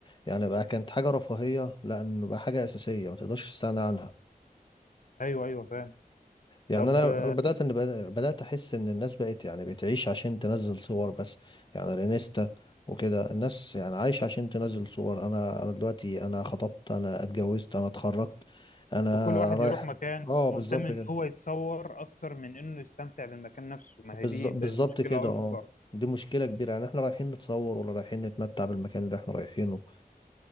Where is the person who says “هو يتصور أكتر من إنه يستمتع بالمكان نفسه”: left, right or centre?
Left